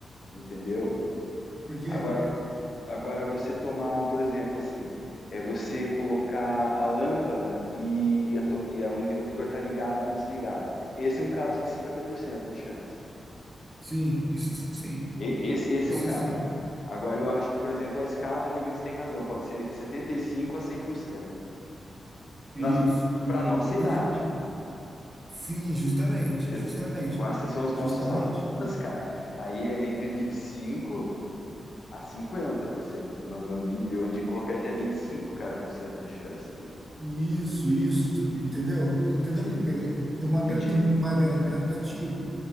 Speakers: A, on the left; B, on the right.
A: entendeu?
B: Porque,
A: Agora, agora você tomar, um, por exemplo, assim, é você colocar a lâmpada e, a to- e a- o interruptor tá ligado ou desligado. Esse é um caso de 50% de chance.
B: sim, isso sim,
A: E- esse, esse
B: isso
A: é um caso.
B: sim,
A: Agora, eu acho que, por exemplo, a escada realmente você tem razão, pode ser entre 75 a 100%.
B: isso,
A: Nas,
B: por,
A: para nossa idade.
B: porque, sim, justamente,
A: Exa-
B: justamente,
A: Agora, se são os nossos
B: justamente.
A: avós, cara, aí é entre 25 a 50%. Não, não, vi- eu de colocaria até 25 cara, por cento de chance de.
B: Isso, isso, entendeu? Tu Entendeu
A: Sim,
B: que que- é? tem uma,
A: entendi.
B: gra- tem uma gra- gradativo.